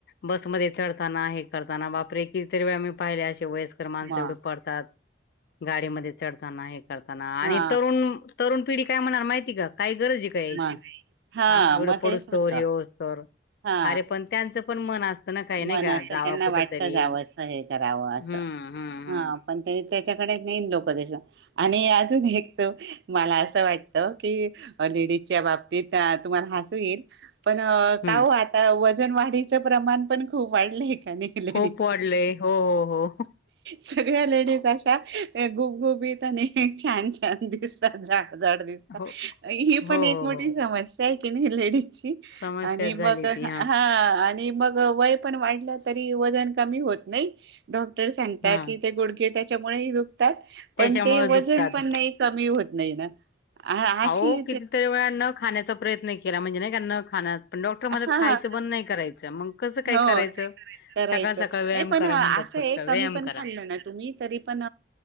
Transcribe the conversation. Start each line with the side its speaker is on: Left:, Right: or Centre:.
Left: बसमध्ये चढताना हे करताना बापरे कितरी वेळा मी पाहिले अशी वयस्कर माणसं
Right: मग
Left: एवढी पडतात गाडीमध्ये चढताना हे चडताना
Right: हा
Left: आणि तरुण तरुण पिढी काय म्हणार माहिती का? काही गरज आहे का यायची,
Right: मग
Left: हा एवढं
Right: मग
Left: पडूसतो
Right: तेच होत
Left: हि असतो
Right: हा
Left: अरे पण त्यांचं पण मन असतं ना काही नाही
Right: मन
Left: का
Right: असं
Left: जावा
Right: त्यांना
Left: कुठ
Right: वाटत
Left: तरी.
Right: जावं असं हे करावं असं
Left: हम्म हम्म हम्म
Right: हा पण ते त्याच्याकडेच नाही लोक आणि अजून एक मला असं वाटत की लेडीजच्या बाबतीत तुम्हाला हसू येईल पण का
Left: हम्म
Right: हो आता वजन वाढीचं प्रमाण पण खूप वाढलं आहे कनई? लेडीच!
Left: खूप वाढलंय हो हो हो
Right: सगळ्या लेडीज अशा गुबगुबीत आणि छान छान दिसतात जाड जाड दिसतात.
Left: हो
Right: ही
Left: हो
Right: पण एक
Left: हो
Right: मोठी
Left: हो
Right: समस्या आहे की नाही लेडीज?
Left: समस्याच
Right: आणि
Left: झाली
Right: मग
Left: ती
Right: हा आणि मग वय पण वाढलं तरी वजन कमी होत नाय डॉक्टर सांगता
Left: हा
Right: की ते गूड घे, त्याच्यामुळे दुतात
Left: त्याच्यामुळे
Right: पण ते वजन
Left: दुखतात
Right: पण नाही कमी होत नाही ना. अशी
Left: अहो कितीतरी वेळा न खाण्याचा प्रयत्न केला म्हणजे नाही का न खाना पण डॉक्टर मध्ये
Right: हा
Left: खायचं बंद नाही करायचं. मग कसं काही
Right: हो
Left: करायचं
Right: करायचं
Left: सकाळ सकाळ व्यायाम
Right: नाही पण
Left: करा
Right: असं
Left: म्हणतात फक्त
Right: आहे
Left: व्यायाम
Right: कमी पण
Left: करा.
Right: खाल्लं ना तुम्ही तरी पण